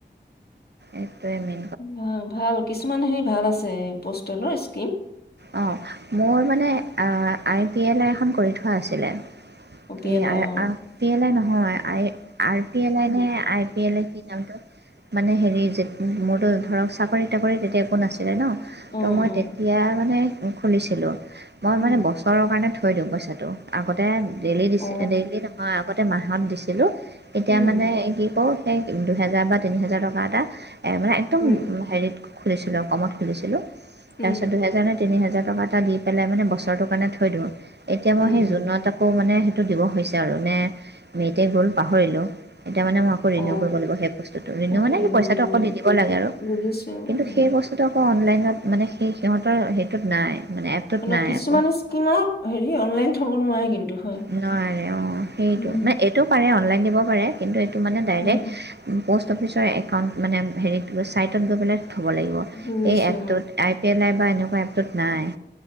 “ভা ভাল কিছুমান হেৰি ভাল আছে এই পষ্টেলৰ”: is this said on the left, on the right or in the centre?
Left